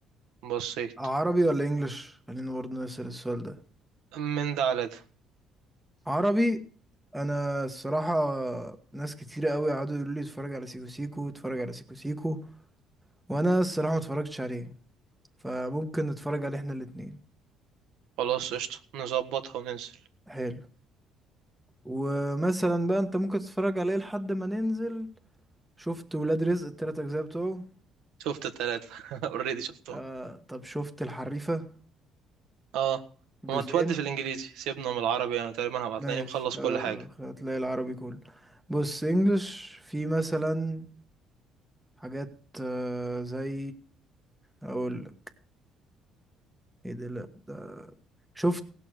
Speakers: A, on the right; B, in the centre.
A: بصيت
B: عربي ولا انجلش خلينا برضو نسأل السؤال ده
A: من ده على ده
B: عربي انا الصراحة ناس كتيرة قوي قعدوا يقولوا لي اتفرج على سيكو سيكو اتفرج على سيكو سيكو وانا الصراحة ما اتفرجتش عليه فممكن نتفرج عليه احنا الاتنين
A: خلاص قشطه نظبطها وننزل
B: حلو ومثلا بقى انت ممكن تتفرج عليه لحد ما ننزل شفت ولاد رزق التلات اجزاء بتوعه
A: شفت التلاتة <laughs> اوريدي شفتهم
B: آه طب شفت الحريفة
A: اه وما
B: جزئين
A: تودي في الانجليزي سيبنا من العربي انا تقريبا هبقى
B: ماشي
A: تلاقيني مخلص كل
B: آه
A: حاجه
B: هتلاقي العربي كله بص انجلش في مثلا حاجات آه زي اقول لك ايه ده لا ده شفت